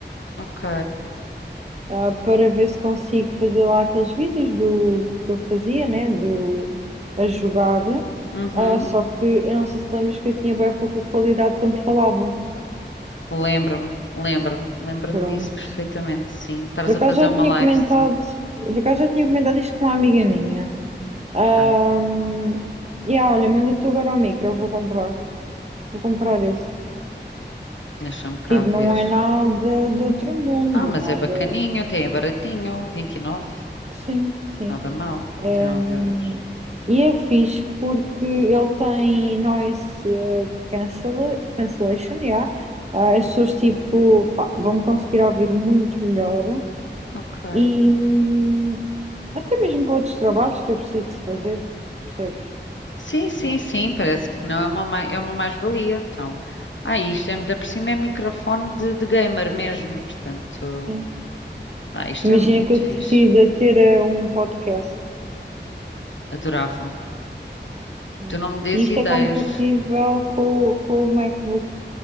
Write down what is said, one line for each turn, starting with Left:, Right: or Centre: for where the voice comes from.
Left: Ok.
Right: ah, para ver se consigo fazer lá aqueles vídeos do que eu fazia, né? Do a jogar.
Left: Uhum.
Right: Ah, só que eu não sei se te lembras que eu tinha bem pouca qualidade quando falava.
Left: Lembra-me, lembra-me, lembra-me
Right: Pronto,
Left: disso perfeitamente, sim. Estás
Right: Por acaso
Left: a fazer
Right: já
Left: uma
Right: tinha
Left: live,
Right: comentado,
Left: sim.
Right: por acaso já tinha comentado isto com uma amiga minha. Ahm,
Left: Ok.
Right: e ah, olha, mandei tu agora o micro, eu vou comprar. Vou comprar esse.
Left: Deixa-me cá
Right: Tipo,
Left: ver.
Right: não é nada de outro mundo,
Left: Ah, mas
Right: nada.
Left: é bacaninho, até é baratinho, vinte e nove
Right: Sim, sim.
Left: nada mal, vinte
Right: É,
Left: e nove
Right: hum,
Left: euros.
Right: e é fixe porque ele tem noise eh, cancela- cancellation, yeah. Ah, as pessoas tipo, pá, vão conseguir ouvir muito melhor
Left: Ok.
Right: e hum, até mesmo para outros trabalhos que eu preciso de fazer, percebes?
Left: Sim, sim,
Right: Ah,
Left: sim,
Right: mano.
Left: parece que não é uma, ma- é uma mais-valia. Então, ah, isto é, ainda por cima é microfone de, de gamer mesmo, portanto,
Right: Sim.
Left: ah, isto
Right: Imagina
Left: é muito
Right: que eu decida
Left: fixe.
Right: ter eh, um podcast,
Left: Adorava.
Right: né?
Left: Tu não me dês
Right: E isto
Left: ideias.
Right: é compatível com, o- com o MacBook.